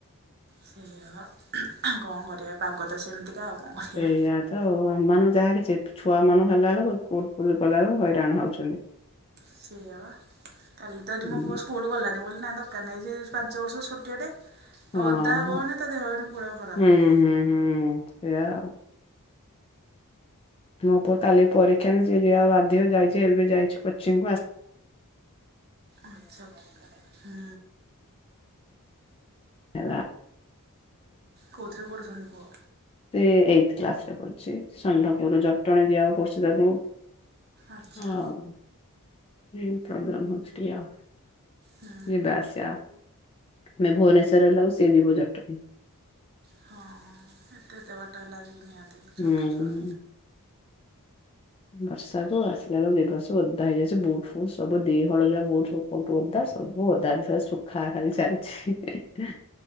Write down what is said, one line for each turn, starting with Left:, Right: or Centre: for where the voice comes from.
Right: ସେଇଆ ବା କଣ କରିବା ପାଗ ତ ସେମିତିକା ଆଉ। କଣ କରିବା
Left: ସେଇଆ। ତ ଆମମାନାନଙ୍କୁ ଯାହା କିଛି ଛୁଆ ମାନଙ୍କୁ ହେଲା ବେଳକୁ ସ୍କୁଲ ଫୁଲ କଲା ବେଳକୁ ହଇରାଣ ହଉଛନ୍ତି।
Right: ସେୟାବା କାଲି ତ ଏଠି
Left: ହୁଁ।
Right: ମୋ ପୁଅ ସ୍କୁଲ ସ୍କୁୁଲ ଗଲାନି ବୋଲି ନହିଁ ଦରକାର ନାହିଁ। ସେ ପାଞ୍ଚ ବର୍ଷ ଛୋଟିଆ ଟେ
Left: ହଁ
Right: ଓଦା ହବ
Left: ହଁ
Right: ମାନେ ତା ଦେହ ଏଇନୁ ପୁରା ଖରାପ।
Left: ହୁଁ ହୁଁ ହୁଁ। ସେଆ ଆଉ। ମୋ ପୁଅ କାଲି ପରୀକ୍ଷା ନାଁ ଯାିବା ବାଧ୍ୟ ଯାଇଛି ଏବେ ଯାଇଛି କୋଚିଂ କୁ ଆସ
Right: ଆଚ୍ଛା ହୁଁ।
Left: ହେଲା
Right: କଉଥିରେ ପଢୁଛନ୍ତି ପୁଅ?
Left: ସେ ଏଇଥ କ୍ଲାସ ରେ ପଢୁଛି। ଷଣ୍ତପୁର ଜଟଣୀ ଯିବାକୁ ପଡୁଛି ତାକୁ।
Right: ଆଚ୍ଛା
Left: ହଉଁ ପ୍ରୋବ୍ଲେମ୍ ହଉଛି ଟିକେ ଆଉ।
Right: ହୁଁ
Left: ଯିବା ଆସିବା ଆମେ ଭୁବନେଶ୍ଵରରେ ରହିଲାଗୁ ସେ ଯିବ ଜଟଣୀ।
Right: ହଁ ଏତେଏତେ ବାଟ ହେବାବେଳକୁ ନିହାତି
Left: ହୁଁ।
Right: ଛୋଟ ଛୁଆ।
Left: ବର୍ଷାକୁୁ ଆସିଲା ବେଳକୁ ଓଦା ହେଇଯାଇଛି ବୁଟ। ସବୁ ଦିହ <inaudible> ହୁଅନ୍ତା ସବୁ ଅଦା ଶୁଖା ଖାଲି ଚାଲିଛି। ସେଟା <inaudible>